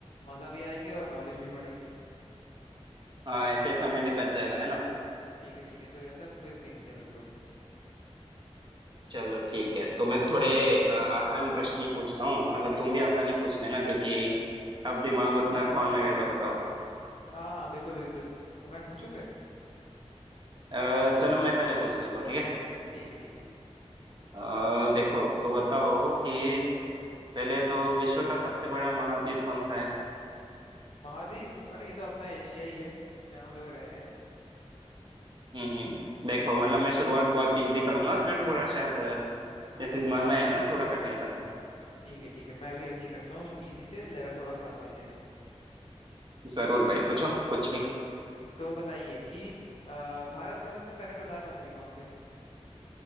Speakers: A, on the left (about 65°); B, on the right (about 45°).
A: मजा भी आएगी और नॉलेज भी बढ़ेगी
B: हाँ ऐसे ही समय भी कट जाएगा है ना
A: ठीक है ठीक है तो ऐसा क्विज खेलते हैं बिल्कुल
B: चलो ठीक है तो मैं थोड़े अ, आसान प्रश्न ही पूछता हूँ मतलब तुम भी आसान ही पूछ लेना क्योंकि अब दिमाग उतना कौन लगाएगा बताओ
A: हाँ हाँ बिल्कुल बिल्कुल तो मैं पूछूं फिर
B: अ, चलो मैं पहले पूछ लेता हूँ ठीक है
A: ठीक है ठीक है
B: अ, देखो तो बताओ कि पहले तो विश्व का सबसे बड़ा महाद्वीप कौन सा है
A: महाद्वीप अरे ये तो अपना एशिया ही है जहाँ हम लोग रह रहे हैं
B: हम्म देखो मतलब मैं शुरुआत बहुत इजी करूंगा फिर थोड़ा शायद अ, जैसे दिमाग में आएगा ना थोड़ा कठिन करूंगा
A: ठीक है ठीक है मैं भी ऐसे ही करता हूँ इजी से लेवल थोड़ा बढ़ाते जाएंगे
B: जरूर भाई पूछो कुछ भी
A: तो बताइए कि अ, भारत के सबसे पहले प्रधानमंत्री कौन थे